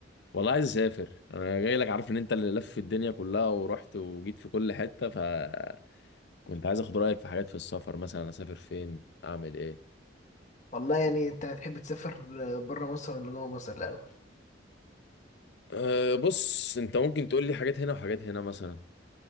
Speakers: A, on the left; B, on the left.
A: والله عايز اسافر انا جاي لك عارف ان انت اللي لف الدنيا كلها ورحت وجيت في كل حته فكنت عايز اخد رايك في حاجات في السفر مثلا اسافر فين اعمل ايه
B: والله يعني انت هتحب تسافر بره مصر ولا جوه مصر الاول
A: أه بص انت ممكن تقول لي حاجات هنا وحاجات هنا مثلا